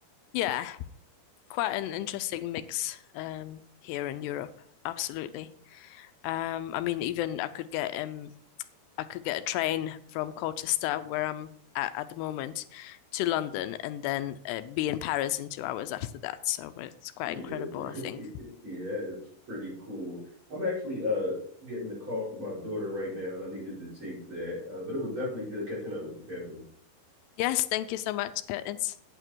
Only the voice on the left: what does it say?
yeah, quite an interesting mix um here in Europe. Absolutely. Um, I mean, even I could get um I could get a train from Colchester, where I'm at at the moment, to London, and then uh, be in Paris in two hours after that. So it's quite
incredible,
I think.
Yes, thank you so much, Curtis.